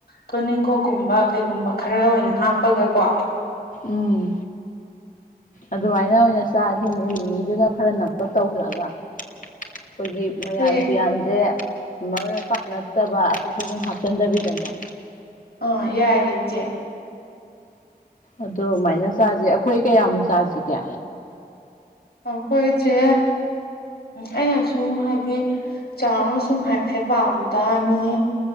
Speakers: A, on the left (about 85°); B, on the left (about 55°).
A: ꯇꯣꯅꯤꯡꯀꯣꯛꯀꯨꯝꯕ ꯀꯩꯒꯨꯝꯕ ꯈꯔ ꯑꯣꯏꯅ ꯍꯥꯞꯄꯒꯀꯣ
B: ꯎꯝ ꯑꯗꯨꯃꯥꯏꯅ ꯑꯣꯏꯅ ꯆꯥ ꯊ ꯑꯦꯃꯤ ꯃꯤꯗꯨꯅ ꯈꯔ ꯅꯝꯂꯞ ꯇꯧꯍꯜꯂꯒ ꯑꯩꯈꯣꯏꯒꯤ ꯃꯌꯥꯟ
A: ꯍꯣꯏ
B: ꯇꯨꯌꯥꯟꯁꯦ ꯃꯔꯨꯞ ꯃꯄꯥꯡ ꯅꯠꯇꯕ ꯑꯇꯣꯞꯄꯖꯤꯡ ꯍꯥꯞꯆꯤꯟꯗꯕꯤꯗꯅꯦ
A: ꯑ ꯌꯥꯏꯌꯦ ꯏꯆꯦ
B: ꯑꯗꯨꯃꯥꯏꯅ ꯆꯥꯁ ꯑꯩꯈꯣꯏ ꯀꯌꯥꯃꯨꯛ ꯆꯥꯁꯤꯒꯦ
A: ꯑꯩꯈꯣꯏꯁꯦ ꯑꯩꯅ ꯁꯨꯝ ꯍꯥꯏꯗꯤ ꯆꯥꯎꯔꯥꯛꯅ ꯁꯨꯝ ꯍꯥꯏꯐꯦꯠ ꯋꯥꯕꯗ ꯃꯤ